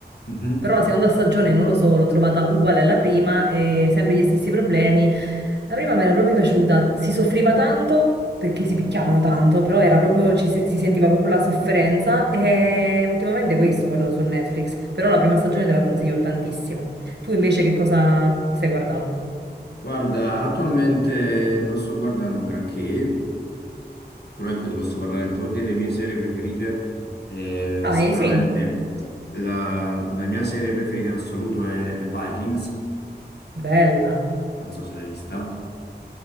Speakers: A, on the left; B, on the right.
A: Mhm.
B: però la seconda stagione, non lo so, l'ho trovata uguale alla prima e sempre gli stessi problemi. La prima mi era proprio piaciuta, si soffriva tanto perché si picchiavano tanto, però era proprio, ci se- si sentiva proprio la sofferenza e ultimamente questo guardo su Netflix, però la prima stagione te la consiglio tantissimo. Tu invece che cosa stai guardando?
A: Guarda, attualmente non sto guardando un granché, però ecco ti posso parlare un po' delle mie serie preferite. Eh,
B: Ah,
A: sicuramente
B: eh, sì,
A: la, la mia serie preferita in assoluto è, è Vikings,
B: bella.
A: non so se l'hai vista.